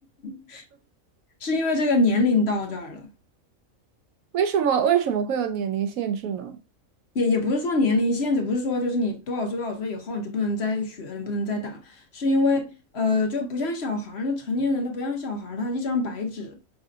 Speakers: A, on the left (about 55°); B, on the right (about 85°).
A: <laughs> 是因为这个年龄到这儿了，
B: 为什么为什么会有年龄限制呢？
A: 也也不是说年龄限制，不是说就是你多少岁多少岁以后你就不能再学了，你不能再打了，是因为呃就不像小孩儿，那成年人都不像小孩儿，他一张白纸，